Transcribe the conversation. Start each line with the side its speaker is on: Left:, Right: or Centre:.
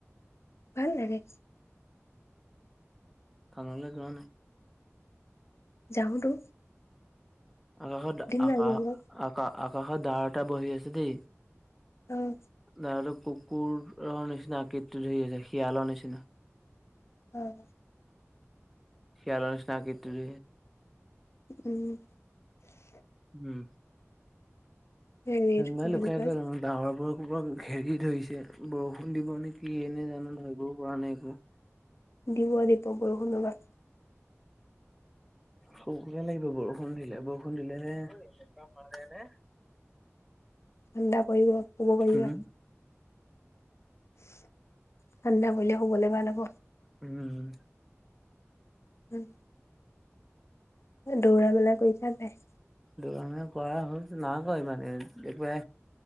Left: ভাল লাগে
Centre: কানলৈ যোৱা নাই
Left: যাওঁতো
Centre: আকাশত আকাশ
Left: নাই যোৱা মই
Centre: আকা আকাশৰ দাৰটা বহি আছে দেই
Left: উম
Centre: নত কুকুৰৰ নিচিনাকটটো ধৰি আছে শিয়ালৰ নিচিনা
Left: হয়
Centre: শিয়ালৰ নি সক্তে
Left: উম
Centre: উম
Left: হেৰি এইটো
Centre: বাই
Left: কি
Centre: ল
Left: বুলি
Centre: ক
Left: কয়
Centre: কৰা ডাৱৰ পৰা ক'ৰব ঘেৰি ধৰিছে বৰষুণ দিব নেকি এনেে জানো ধৰিবও পৰা নাই একো
Left: দীপ দীপক বহু ধন্যবাদ
Centre: সবে লাগিব বৰষুণ দিলে বৰষুণ দিলে হ মাৰে নে
Left: ঠাণ্ডা পৰিব শুব পাৰিবা
Centre: উম
Left: ঠাণ্ডা হলে শুবলে ভাল হ'ব
Centre: উম
Left: ওম দৌৰা মেলা কৰি যাবাই
Centre: দৰঙৰ কৰা হল নাই কয় মানে একবাৰে